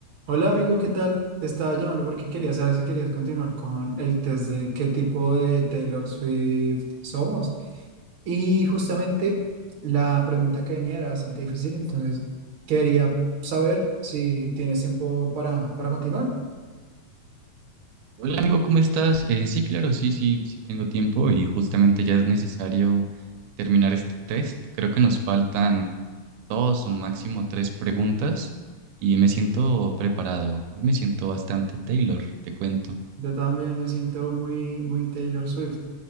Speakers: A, on the right; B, on the right.
A: Hola amigo, ¿qué tal? Te estaba llamando porque quería saber si querías continuar con el test de qué tipo de Taylor Swift somos. Y justamente la pregunta que venía era bastante difícil, entonces quería saber si tienes tiempo para, para continuar.
B: Hola amigo, ¿cómo estás? Eh, sí, claro, sí, sí, sí tengo tiempo y justamente ya es necesario terminar este test. Creo que nos faltan dos o máximo tres preguntas y me siento preparado. Hoy me siento bastante Taylor, te cuento.
A: Yo también me siento muy, muy Taylor Swift.